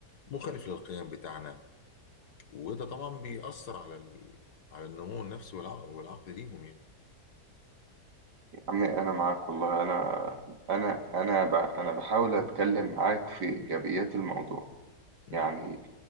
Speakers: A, on the left (about 70°); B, on the right (about 80°).
A: مخالف للقيم بتاعنا وده طبعا بيأثر على ال... على النمو النفسي والعقل, والعقل ليهم يعني
B: يا عمي انا معاك والله انا انا انا ب... انا بحاول اتكلم معاك في ايجابيات الموضوع
A: مم.
B: يعني